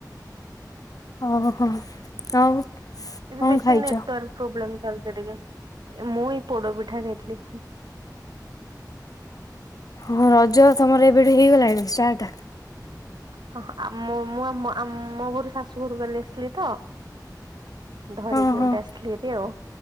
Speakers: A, on the left; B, on the right.
A: ହଁ-ହଁ ଆଉ?
B: ଏବେ
A: କଣ
B: ବେଶୀ
A: ଖାଇଛ?
B: ନେଟୱାର୍କ ପ୍ରୋବ୍ଲେମ ଚାଲିଚି ଟିକେ, ମୁଁ ଏ ପୋଡପିଠା ଖାଉଥିଲି।
A: ହଁ ରଜ ତମର ଏବେଠୁ ହେଇଗଲାଣି ଷ୍ଟାର୍ଟ?
B: ହଁ ଆମ ମୋ ମୋ ମୁଁ ଆମ ଘରୁ ଶାଶୁ ଘରୁ କାଲି ଆସିଲି ତ। ଧରିକି
A: ହଁ ହଁ
B: ଗୋଟେ ଆସିଥିଲିହେରି ଆଉ